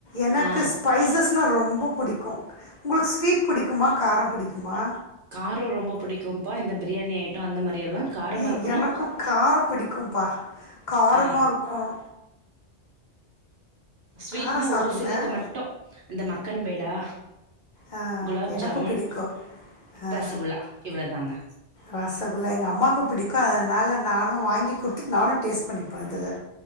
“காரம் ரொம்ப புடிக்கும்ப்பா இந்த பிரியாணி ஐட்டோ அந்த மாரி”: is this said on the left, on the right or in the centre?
Right